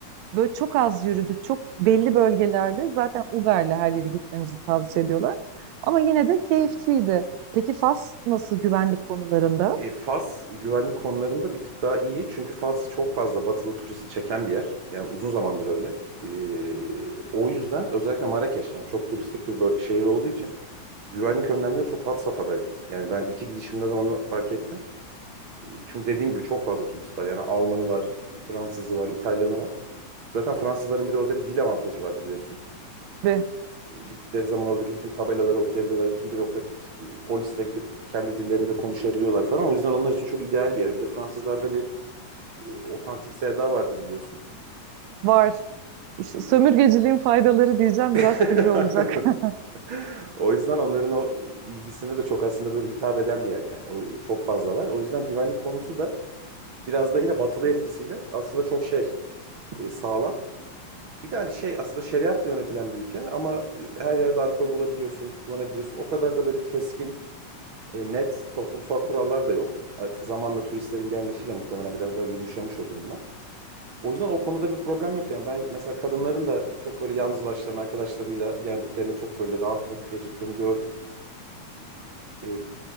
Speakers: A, on the right; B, on the right.
A: Böyle çok az yürüdük. Çok belli bölgelerde zaten Uber'le her yere gitmenizi tavsiye ediyorlar. Ama yine de keyifliydi. Peki Fas nasıl güvenlik konularında?
B: E, Fas güvenlik konularında bir tık daha iyi. Çünkü Fas çok fazla batılı turist çeken bir yer. Yani uzun zamandır öyle. E, o yüzden özellikle Marrakeş yani çok turistik bir bö- şehir olduğu için güvenlik önlemleri çok had safhadaydı. Yani ben iki gidişimde de onu fark ettim. E, Çünkü dediğim gibi çok fazla turist var. Yani Almanı var, Fransızı var, İtalyanı var. Zaten Fransızların bir de orada bir dil avantajı var biliyorsun.
A: Ve
B: Gittikleri zaman oradaki bütün tabelaları okuyabiliyorlar. Bütün bürokratik e, polisle gidip kendi dillerinde konuşabiliyorlar falan. O yüzden onlar için çok ideal bir yer. Bir de Fransızlarda bir e, otantik sevda vardır biliyorsun.
A: var. İşte
B: E,
A: sömürgeciliğin faydaları diyeceğim biraz
B: <laughs>
A: sivri olacak. <laughs>
B: O yüzden onların o ilgisine de çok aslında böyle hitap eden bir yer yani. O çok fazla var. O yüzden güvenlik konusu da biraz da yine batılı etkisiyle aslında çok şey e, sağlam. Bir de hani şey aslında şeriatla yönetilen bir ülke ama e, her yerde alkol bulabiliyorsun, kullanabiliyorsun. O kadar da böyle keskin, e, net toplumsal kurallar da yok. Artık zamanla turistlerin gelmesiyle muhtemelen biraz daha yumuşamış o durumlar. O yüzden o konuda bir problem yok yani. Ben mesela kadınların da çok böyle yalnız başlarına arkadaşlarıyla geldiklerini, çok böyle rahatlık geçirdiklerini gördüm. E,